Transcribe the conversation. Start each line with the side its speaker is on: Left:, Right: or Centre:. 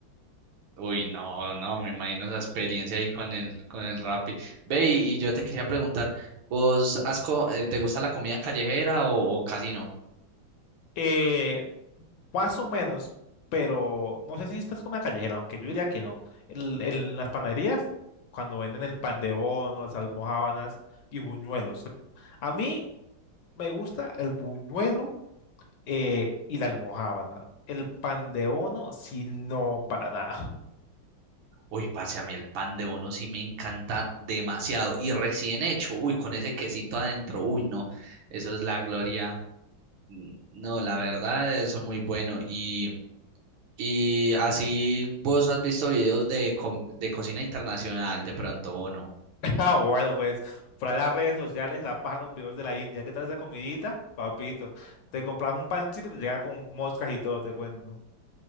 Right: Uy, no, no, me imagino esa experiencia ahí con el, con el Rappi. Ve, y, y yo te quería preguntar, ¿vos has co- eh, te gusta la comida callejera o, o casi no?
Left: Eh, más o menos, pero no sé si esta es comida callejera, aunque yo diría que no. El- En, las panaderías, cuando venden el pan de bono, las almojábanas y buñuelos. A mí me gusta el buñuelo eh, y la almojábana. El pan de bono, si no, para nada. <laughs>
Right: Uy, parce, a mí el pan de bono sí me encanta demasiado. Y recién hecho, uy, con ese quesito adentro, uy, no, eso es la gloria. Mm, No, la verdad, eso es muy bueno. Y, y así vos has visto videos de, co- de cocina internacional de pronto o no.
Left: Ah, bueno, pues, para las redes sociales, la paja, los videos de la India. ¿Qué tal esa comidita? Papito, te compras un pancito y te llega con moscas y todo, te cuento.